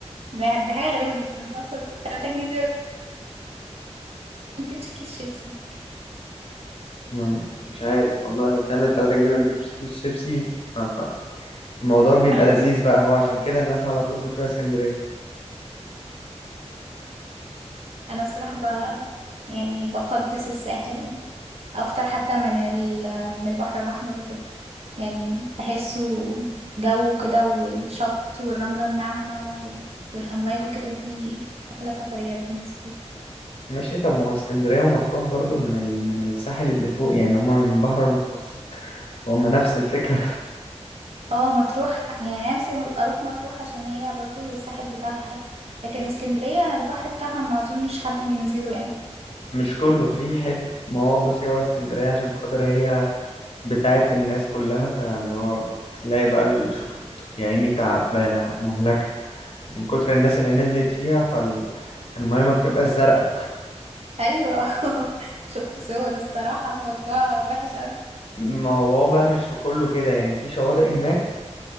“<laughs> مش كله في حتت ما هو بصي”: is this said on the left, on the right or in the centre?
Left